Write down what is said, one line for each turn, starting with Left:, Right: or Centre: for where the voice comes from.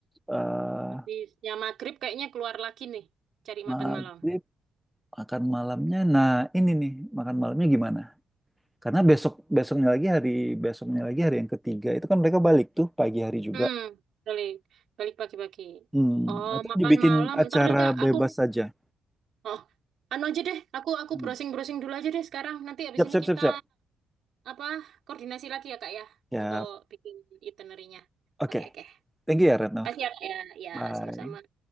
Centre: eh
Right: habisnya maghrib kayaknya keluar lagi nih cari makan
Centre: maghrib
Right: malam.
Centre: makan malamnya nah ini nih makan malamnya gimana karena besok besoknya lagi hari besoknya lagi hari yang ketiga itu kan mereka balik tuh pagi hari juga
Right: Hmm, balik balik pagi-pagi.
Centre: hmm.
Right: Oh,
Centre: atau
Right: makan
Centre: dibikin
Right: malam.
Centre: acara
Right: Ntar deh, Kak,
Centre: bebas
Right: aku
Centre: saja
Right: Oh, anu aja deh. Aku aku
Centre: hmm.
Right: browsing-browsing dulu aja deh sekarang. Nanti habis
Centre: siap
Right: ini
Centre: siap
Right: kita
Centre: siap siap
Right: apa koordinasi lagi ya Kak ya
Centre: Ya,
Right: untuk bikin itinerinya.
Centre: oke.
Right: Oke oke.
Centre: Thank you ya, Retno.
Right: Pasti ya Kak ya. Ya
Centre: Bye.
Right: sama-sama.